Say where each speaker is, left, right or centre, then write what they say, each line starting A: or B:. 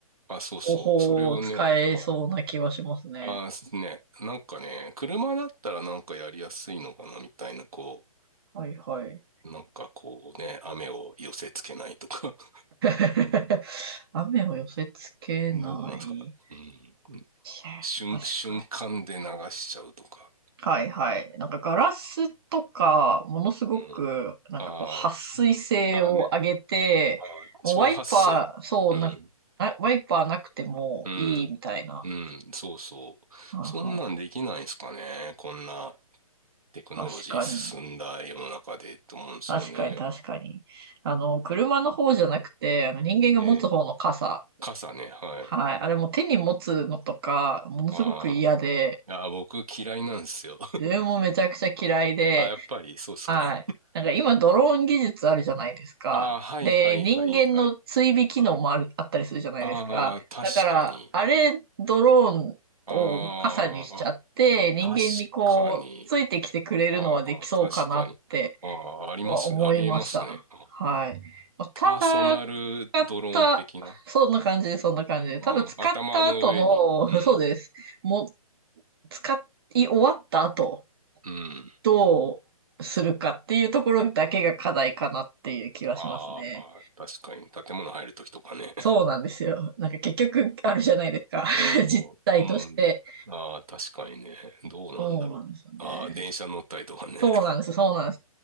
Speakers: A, on the right (about 70°); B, on the right (about 40°).
A: あ、そうそう。
B: 方法を使えそうな気はしますね。
A: それをね、はい。あ、ね。なんかね、車だったらなんかやりやすいのかな、みたいな、こ
B: はいはい。
A: う、なんかこうね、雨を寄せつけないとか。<laughs>
B: <laughs> 雨を寄せつけない。
A: どうなんですか。
B: い
A: うん。
B: や、
A: 瞬、
B: 確かに。
A: 瞬間で流しちゃうとか。
B: はいはい。なんかガラスとか、ものすごく、
A: うん。
B: なんかこう、
A: あー
B: 撥水性を上げて、
A: あーね。あー、
B: もうワイパー、
A: 超撥水。
B: そうな、
A: うん。
B: あワイパーなくてもいいみたいな。
A: うん。うん。そうそう。
B: はあは
A: そんなんできないですかね。こんなテクノロジー進んだ世の中でと思うんですよね。
B: あ確かに。確かに、確かに。あの、車の方じゃなくて、あの人間が持つ方の傘。
A: ええ。傘ね。はい。
B: はい。あれも手に持つのとか、ものすごく嫌で、
A: ああ。ああ、僕嫌いなんですよ。<laughs>
B: 自分もめちゃくちゃ嫌いで、
A: ああ、やっぱりそうっすか。
B: はい。なんか今ドローン技術あるじゃないですか。
A: ああ、はいはいはいはい。
B: で、人間の追尾機能もある、
A: あ
B: あったりするじゃないですか。
A: あー、
B: だから、
A: 確かに。
B: あれ、ドローンを傘にしちゃって、
A: あーあ、
B: 人間にこう、
A: 確かに。
B: ついてきてくれるのはできそうかなって
A: ああ、確かに。ああ、ありますね。
B: は思いました。
A: ありえますね。あ
B: はい。まあただ、
A: パーソナルドローン的な。
B: 使った、そんな感じ、そんな感じ。
A: ああ、
B: ただ使った後
A: 頭の上に。うん。
B: の、<laughs> そうです。もう、使い終わった後
A: うん。
B: どうするかっていうところだけが課題かなっていう気はしますね。
A: ああ、確かに。建物入るときとかね。
B: そうなんですよ。なんか結局あるじゃないですか。
A: <laughs>
B: <laughs> 実態として。
A: うん。うん。ああ、確かにね。どうなんだろう。
B: そうなんですよね。
A: ああ、電車乗ったりとかね。
B: そうなんです、そうなんです。